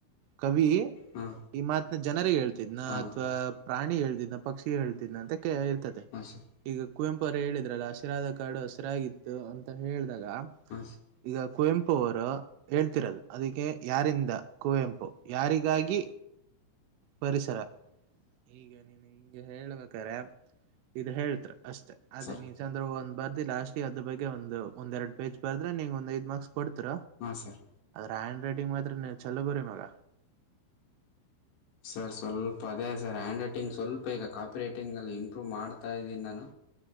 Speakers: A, on the right (about 80°); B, on the left (about 65°).
A: ಕವಿ
B: ಹಾಂ
A: ಈ ಮಾತ್ನ ಜನರಿಗೆ ಹೇಳ್ತಿದ್ನ
B: ಹಾಂ
A: ಅಥವಾ ಪ್ರಾಣಿ ಹೇಳ್ತಿದ್ನ ಪಕ್ಷಿಗ್ ಹೇಳ್ ಅಂತ ಇರ್ತದೆ
B: ಹಾಂ ಸರ್
A: ಈಗ ಕುವೆಂಪು ಅವರು ಹೇಳಿದ್ರಲ್ಲ ಹಸಿರಾದ ಕಾಡು ಹಸಿರಾಗಿತ್ತು ಅಂತ ಹೇಳಿದಾಗ
B: ಹಾಂ ಸರ್
A: ಈಗ ಕುವೆಂಪು ಅವರು ಹೇಳ್ತಿರದು ಅದಕ್ಕೆ ಯಾರಿಂದ ಕುವೆಂಪು ಯಾರಿಗಾಗಿ
B: ಹ
A: ಪರಿಸರ ಈಗ ನೀನು ಹಿಂಗ ಹೇಳ್ಬೇಕಾರೆೆ ಇದ್ ಹೇಳ್ತ್ರ ಅಷ್ಟೇ ಅದೇ
B: ಸರ್
A: ನೀನ್ ಚಂದ್ರ ಒಂದ್ ಬರ್ದಿ ಲಾಸ್ಟಗೆ ಅದ್ರ ಬಗ್ಗೆ ಒಂದು ಒಂದ ಎರಡು ಪೇಜ ಬರದ್ರೆ ನೀಂಗ ಒಂದ ಐದು ಮಾರ್ಕ್ಸ್ ಕೊಡ್ತ್ರ
B: ಹಾಂ ಸರ್
A: ಹ್ಯಾಂಡ ರೈಟಿಂಗ್ ಮಾತ್ರ ನೀ ಚಲೋ ಬರಿೀ ಮಗ
B: ಸರ್ ಸ್ವಲ್ಪ ಅದೇ ಸರ್ ಹ್ಯಾಂಡ್ ರೈಟಿಂಗ ಸ್ವಲ್ಪ ಈಗ ಕಾಪಿ ರೈಟಿಂಗಲ್ಲಿ ಇಂಪ್ರೂವ್ ಮಾಡ್ತಾ ಇದ್ದೀನಿ ನಾನು